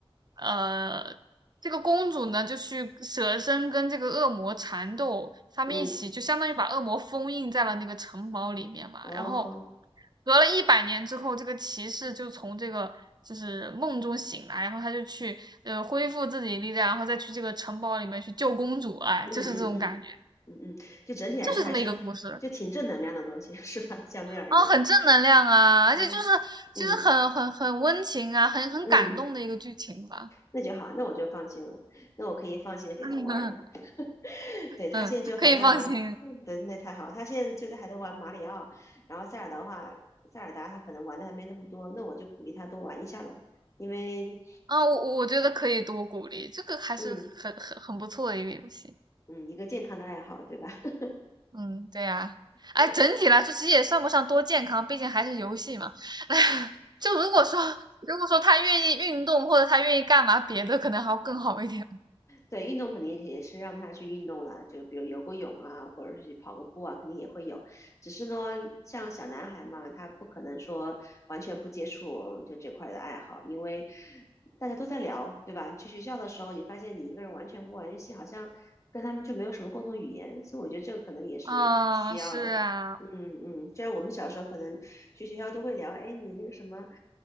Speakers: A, on the right; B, on the left.
A: 呃，这个公主呢就去舍身跟这个恶魔缠斗，他们一起就相当于把恶魔封印在了那个城堡里面嘛。
B: 嗯，哦，
A: 然后隔了一百年之后，这个骑士就从这个就是梦中醒来，然后他就去呃恢复自己的力量，然后再去这个城堡里面去救公主，哎，
B: 嗯嗯嗯嗯嗯，
A: 就是这种感觉，
B: 就整体来说还是就挺正能量的东西，
A: 就是这么一个故事。
B: <laughs> 是吧？相对而言，
A: 啊，很正能量啊，而且就是就是很很很温情啊，
B: 嗯嗯
A: 很很感动的一个剧情吧。
B: 嗯，那就好，那我就放心了，那我可以放心的给他玩了。
A: <laughs> 嗯
B: <laughs> 对他现在就还在玩
A: 嗯，可以放心
B: <laughs>，对，那太好，他现在就在还在玩马里奥，然后塞尔达的话，塞尔达他可能玩的还没那么多，那我就鼓励他多玩一下了，因为
A: 啊，我我觉得可以多鼓励，这个还是很很很不错的一个游戏。
B: 嗯嗯，一个健康的爱好，对吧？<laughs>
A: 嗯，对呀、哎，
B: 对，
A: 整体来说其实也算不上多健康，毕竟还是游戏嘛。<laughs> 就如果说如果说他愿意运动或者他愿意干嘛别的，可能还要更好一点。
B: 对，运动肯定也是让他去运动啦，就比如游个泳啊，或者是去跑个步啊，肯定也会有。只是呢，像小男孩嘛，他不可能说完全不接触就这块的爱好，因为大家都在聊，对吧？去学校的时候，你发现你一个人完全不玩游戏，好像跟他们就没有什么共同语言，所以我觉得这个可能也是需要的。
A: 啊，是啊，
B: 嗯嗯，就像我们小时候可能去学校都会聊，哎，你那个什么，